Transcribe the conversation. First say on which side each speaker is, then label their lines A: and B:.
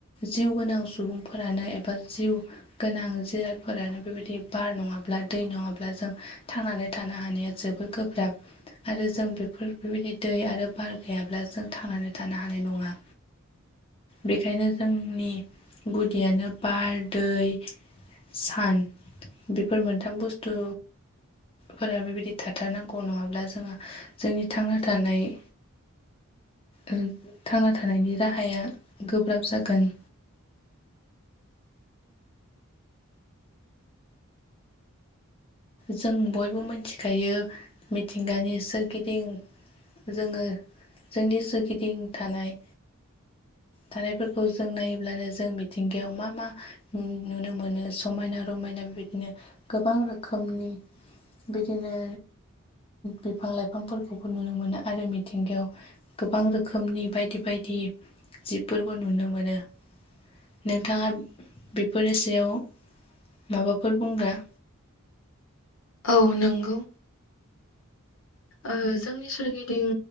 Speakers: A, on the left; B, on the left.
A: जिउ गोनां सुबुंफोरानो एबा जिउ गोनां जिरादफोरानो बेबायदि बार नङाब्ला दै नङाब्ला जों थांनानै थानो हानाया जोबद गोब्राब आरो जों बेफोर बेबायदि दै आरो बार गैयाब्ला जों थांनानै थानो हानाय नङा। बेखायनो जोंनि गुदियानो बार दै सान बेफोर मोनथाम बुस्थु। फोर बेबायदि थाथारनांगौ नङाब्ला जोहा जोंनि थांना थानाय ओ थांना थानायनि राहाया गोब्राब जागोन। जों बयबो मिथिखायो मिथिंगानि सोरगिदिं जोङो जोंनि सोरगिदिं थानाय थानायफोरखौ जों नायोब्लानो जों मिथिंगायाव मा मा नुनो मोनो समायना रमायना बेबायदिनो गोबां रोखोम रोखोमनि बिदिनो बिफां लाइफांफोरखौबो नुनो मोनो आरो मिथिंगायाव गोबां रोखोमनि बायदि बायदि जिबफोरबो नुनो मोनो। नोंथाङा बेफोरनि सायाव माबाफोर बुंग्रा
B: औ नंगौ। ओ जोंनि सोरगिदिं